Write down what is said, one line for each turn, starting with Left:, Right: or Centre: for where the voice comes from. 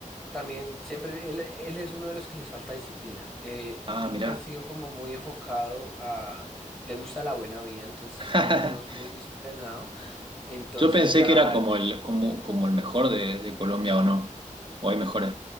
Centre: También siempre él, él es uno de los que les falta disciplina. Eh,
Right: Ah,
Centre: nunca
Right: mirá.
Centre: ha sido como muy enfocado a, le gusta la buena vida, entonces
Right: <laughs>
Centre: no, no es muy disciplinado. Entonces
Right: Yo pensé
Centre: ya,
Right: que era como el, como, como el mejor de, de Colombia o no. O hay mejores.